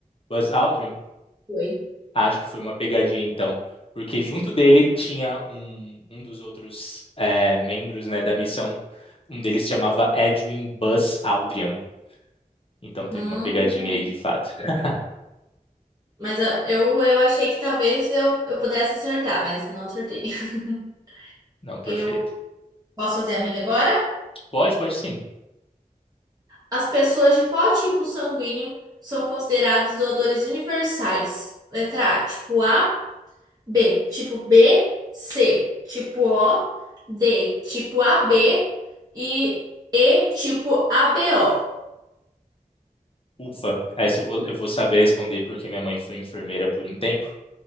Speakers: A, on the left; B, on the right.
A: Buzz Aldrin.
B: Foi.
A: Acho que foi uma pegadinha, então. Porque junto dele tinha um, um dos outros é, membros, né, da missão. Um deles se chamava Edwin Buzz Aldrin. Então teve
B: Hum,
A: uma pegadinha aí, de fato. <laughs>
B: mas a- eu, eu achei que talvez eu, eu pudesse acertar, mas não acertei. <laughs>
A: Não, perfeito.
B: Eu posso fazer a minha agora?
A: Pode, pode sim.
B: As pessoas de qual tipo sanguíneo são consideradas doadores universais? Letra A, tipo A. B, tipo B, C, tipo O, D, tipo AB e E, tipo ABO.
A: Ufa. Essa eu vou, eu vou saber responder porque minha mãe foi enfermeira por um tempo.